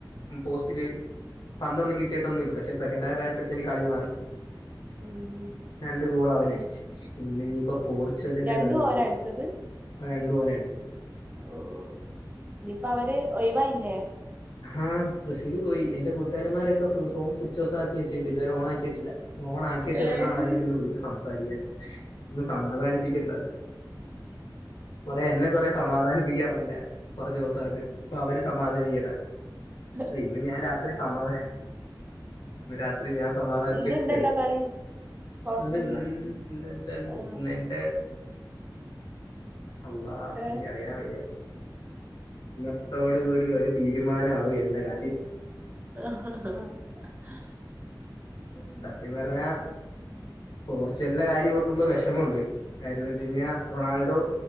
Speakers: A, on the left; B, on the right.
A: ഉം പോസ്റ്റില് പന്തൊന്നും കിട്ടിയിട്ടൊന്നൂല്ലാ പക്ഷെ സെക്കെൻ്റാഫ് ആയപ്പെഴ്ത്തേന് കളി മാറി
B: ഉം
A: രണ്ട് ഗോൾ അവനടിച്ച് ഇന്ന് ഇനിയിപ്പോ
B: അത്
A: പോർച്ചുഗലിന്റെ
B: ശരി രണ്ടും
A: കളിയൊണ്ട്
B: ഓരാ അടിച്ചത്
A: അത് രണ്ടും ഓനായിരിക്കും
B: ഓഹ് ഇനിയിപ്പം അവര് ഒയിവായില്ലേ
A: ആഹ് ബ്രസീല് പോയി എന്റെ കൂട്ടുകാരന്മാരൊക്കെ ഫ് ഫോൺ സ്വിച്ച് ഓഫാക്കി വെച്ചേക്കുവാ ഇതുവരെ ഓൺ ആക്കിയിട്ടില്ല ഒന്ന് ഓൺ ആക്കിയിട്ട്
B: ഏഹ്
A: വേണം അവരെയൊക്കെ ഒന്ന് വിളിച്ച് സംസാരിക്കാൻ ഒന്ന് സമാധാനിപ്പിക്കണ്ടെ കൊറെ എന്നെ കൊറെ സമാധാനിപ്പിക്കാൻ വന്നെയാ കൊറെ ദിവസായിട്ട് ഇപ്പൊ അവര് സമാധാനിക്കട്ടെ
B: ഹ
A: ഇല്ല ഇന്ന് ഞാൻ രാത്രി സമാധാന ഇന്ന് രാത്രി ഞാൻ സമാധാനിച്ചിട്ട്
B: ഇന്ന്ണ്ടല്ലോ
A: പെടും
B: കളി ഹോർസിന്റെ
A: ഇണ്ട് ഇൻ ഇൻ ഇന്നെൻ്റെ ഇണ്ട്
B: ആഹ്
A: ഇന്നെന്റെ അള്ളാ
B: ഏഹ്
A: ഇൻച്ചറിയാൻ വയ്യാ ഇന്നത്തോട് കൂടി ഒരു തീരുമാനാവും എന്റെ കാര്യം
B: ആഹ
A: സത്യം പറഞ്ഞാ പോർച്ചുഗല്ലിൻ്റെ കാര്യം ഓർക്കുമ്പോ വെഷമം ഒണ്ട് കാര്യെന്ന് വെച്ച് കഴിഞ്ഞാ റൊണാൾഡോ